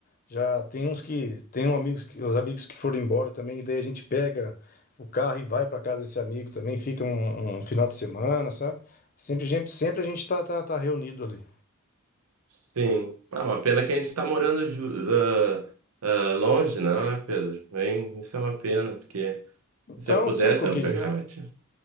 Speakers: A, on the left (about 40°); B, on the right (about 85°).
A: já tem uns que tem um amigos que os amigos que foram embora também, e daí a gente pega o carro e vai para casa desse amigo também, fica um, um final de semana, sabe? Sempre a gente sempre a gente tá, tá, tá reunido ali.
B: Sim. Ah, uma pena que a gente está morando ju- ah, ah, longe, não é, Pedro? Bem, isso é uma pena, porque
A: Então,
B: se eu pudesse,
A: sim, qualquer,
B: eu pegava. te-